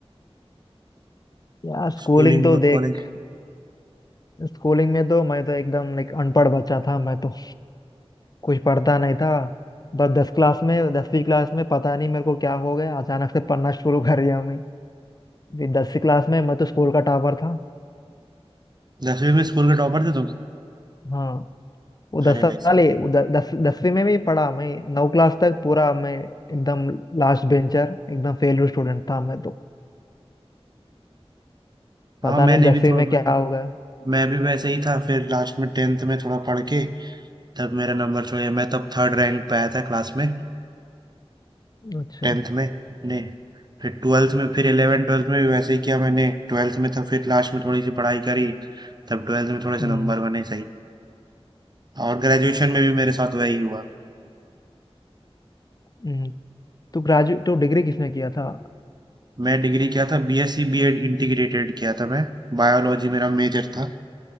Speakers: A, on the left (about 40°); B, on the right (about 40°).
A: यार स्कूलिंग
B: स्कूलिंग
A: तो
B: और
A: देख
B: कॉलेज
A: स्कूलिंग में तो मैं तो एकदम लाइक अनपढ़ बच्चा था मैं तो कुछ पढ़ता नहीं था बस दस क्लास में दसवीं क्लास में पता नहीं मेरे को क्या हो गया अचानक से पढ़ना शुरू कर दिया मैं भी दसवीं क्लास में मैं तो स्कूल का टॉपर था
B: दसवीं में स्कूल के टॉपर थे तुम
A: हाँ वो दस
B: अरे
A: साल
B: भाई सही।
A: ही वो द- दस दसवीं में भी पढ़ा मैं नौ क्लास तक पूरा मैं एकदम लास्ट बेंचर एकदम फेल स्टूडेंट था मैं तो
B: हाँ
A: पता
B: मैंने
A: नहीं दसवीं
B: भी थोड़ा
A: में
B: मतलब
A: क्या होगा
B: मैं भी वैसे ही था फिर लास्ट में टेंथ में थोड़ा पढ़ के तब मेरा नंबर थोड़ा मैं तब थर्ड रैंक पे आया था क्लास में
A: अच्छा
B: टेंथ में ने फिर ट्वेल्थ में फिर इलेवन ट्वेल्थ में भी वैसे ही किया मैंने ट्वेल्थ में तो फिर लास्ट में थोड़ी सी पढ़ाई करी तब ट्वेल्थ में थोड़े से
A: हम्म
B: नंबर बने सही और ग्रेजुएशन में भी मेरे साथ वही हुआ
A: हम्म तो ग्रेजुएट तो डिग्री किसने किया था
B: मैं डिग्री किया था बीएससी बीएड इंटीग्रेटेड किया था मैं बायोलॉजी मेरा मेजर था